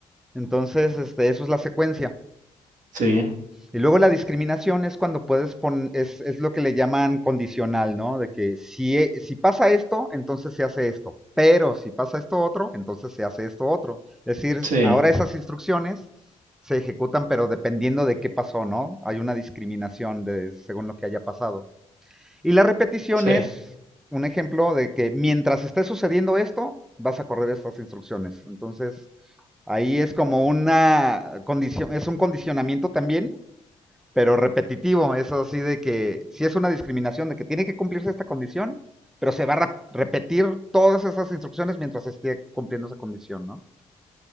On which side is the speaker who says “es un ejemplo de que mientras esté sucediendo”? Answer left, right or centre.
Centre